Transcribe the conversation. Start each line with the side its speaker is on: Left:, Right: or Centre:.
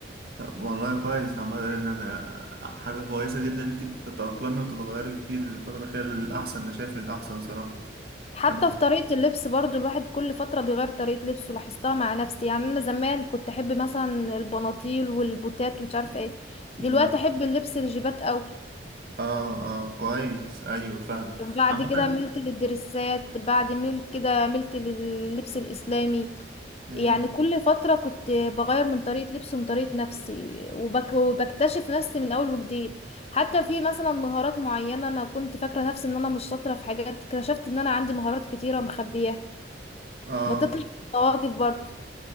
Right: طب والله كويس عمال ان انا آه، حاجه كويسه جدا ان انت بتتاقلمي وتتغيري كتير الفتره الاخيره للاحسن انا شايف للاحسن صراحه
Left: حتى
Right: انا
Left: في طريقة اللبس برضو الواحد كل فترة بيغير طريقة لبسه لاحظتها مع نفسي يعني أنا زمان كنت أحب مثلا البناطيل والبوتات ومش عارفة ايه
Right: مم.
Left: دلوقتي أحب اللبس الجيبات قوي
Right: اه اه كويس ايوه فاهم
Left: وبعد
Right: عامه
Left: كده ملت للدرسات بعد ملت كده ملت لللبس الإسلامي
Right: مم.
Left: يعني كل فترة كنت بغير من طريقة لبسي ومن طريقة نفسي وبك... وبكتشف نفسي من أول وجديد حتى في مثلا مهارات معينة أنا كنت فاكرة نفسي إن أنا مش شاطرة في حاجات اكتشفت إن أنا عندي مهارات كتيرة مخبياها
Right: اه
Left: بطاطس وطواجن برضه